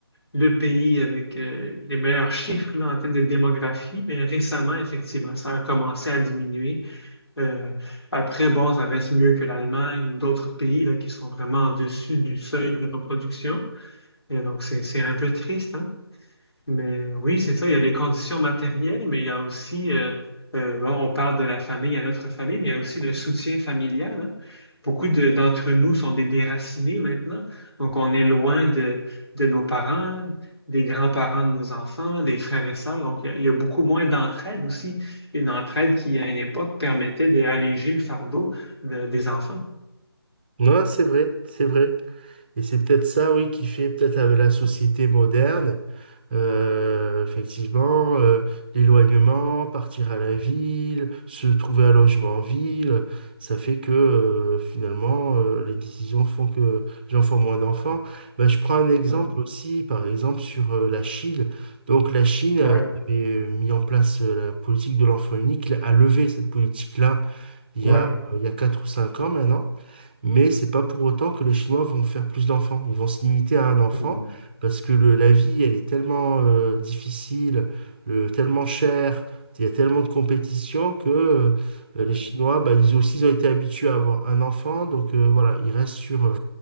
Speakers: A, on the left; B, on the right.
A: le pays avec euh, les meilleurs chiffres là, en termes de démographie, mais récemment, effectivement, ça a commencé à diminuer. Euh, après, bon, ça reste mieux que l'Allemagne ou d'autres pays là, qui sont vraiment en dessus du seuil de reproduction. Et donc, c'est, c'est un peu triste, hein? Mais oui, c'est ça, il y a les conditions matérielles, mais il y a aussi, euh, euh, bon, on parle de la famille à notre famille, mais il y a aussi le soutien familial, hein. Beaucoup de- d'entre nous sont des déracinés maintenant, donc on est loin de, de nos parents, des grands-parents de nos enfants, des frères et sœurs, donc il y a, il y a beaucoup moins d'entraide aussi, une entraide qui, à une époque, permettait d'alléger le fardeau de- des enfants.
B: Non, c'est vrai, c'est vrai. Et c'est peut-être ça, oui, qui fait peut-être avec la société moderne, euh, effectivement, euh, l'éloignement, partir à la ville, se trouver un logement en ville, ça fait que euh, finalement, euh, les décisions font que les gens font moins d'enfants. Ben, je prends un exemple
A: Ouais,
B: aussi, par exemple, sur euh, la Chine. Donc la Chine euh,
A: ouais,
B: qui avait mis en place euh, la politique de l'enfant unique, a levé cette politique-là il
A: ouais.
B: y a, il y a 4 ou 5 ans maintenant. Mais c'est pas pour autant que les Chinois vont faire plus d'enfants. Ils vont se limiter à un enfant
A: Mm.
B: parce que le- la vie, elle est tellement euh, difficile, euh, tellement chère, il y a tellement de compétition que euh,
A: Ouais.
B: les Chinois, bah, ils aussi ils ont été habitués à avoir un enfant. Donc euh, voilà, ils restent sur, euh,